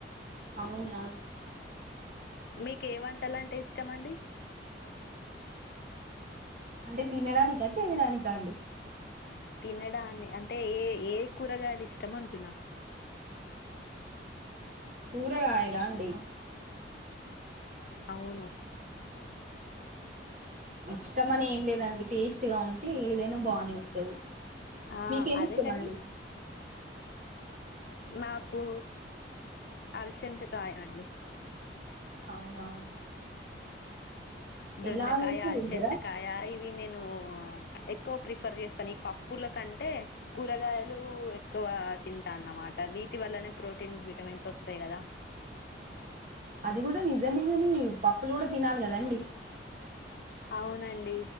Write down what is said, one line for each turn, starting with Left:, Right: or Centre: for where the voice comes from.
Right: అవునా
Left: మీకు ఏ వంటాలంటే ఇష్టం అండి
Right: అంటే తినడానికా చేయడానికా అండి
Left: తినదాన్ని అంటే ఏ ఏ కూరగాయలు ఇష్టం అంటున్న
Right: కూరగాయల అండి
Left: అవును
Right: ఇష్టం అని ఏం లేదండి టేస్ట్ గా ఉంటే ఏదైనా బానే ఉంటది
Left: ఆ
Right: మీకేమి
Left: అదేకాని
Right: ఇష్టమండి
Left: నాకు అలచంతకాయ అండి
Right: అవునా
Left: దొండకాయ
Right: ఎలా చేసినా
Left: అల్చందకాయ
Right: తింటారా
Left: ఇవి నేను క్కువ ప్రిఫర్ చేస్తాను ఈ పప్పుల కంటే కూరగాయలు ఎక్కువ తింటాన్నమాట వీటి వల్లనే ప్రోటీన్ విటమిన్స్ వస్తాయి కదా
Right: అది కూడా నిజమే కాని పప్పులు కూడా తినాలి కదండి
Left: అవునండి